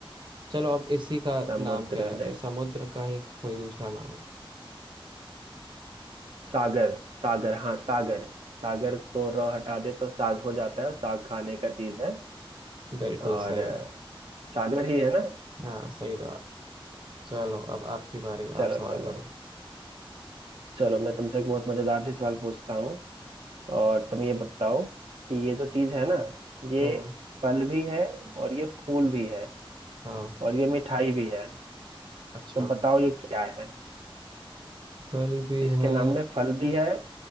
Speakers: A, on the right (about 55°); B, on the right (about 75°).
A: चलो अब इसी का
B: समुद्र
A: नाम क्या है
B: ले
A: समुद्र का ही कोई दूसरा नाम
B: सागर सागर हाँ सागर सागर को र हटा दे तो साग हो जाता है और साग खाने का चीज है
A: बिल्कुल
B: और
A: सही
B: अ, सागर ही है ना
A: हाँ सही जवाब चलो अब आपकी बारी
B: चलो
A: आप सवाल
B: चलो
A: करो
B: चलो मैं तुमसे एक बहुत मजेदार सी सवाल पूछता हूँ और तुम ये बताओ कि ये जो चीज है ना ये
A: हम्म
B: फल भी है और ये फूल भी है
A: हाँ
B: और ये मिठाई भी है
A: अच्छा
B: तो बताओ ये क्या है
A: फल भी
B: इसके
A: है
B: नाम में फल भी है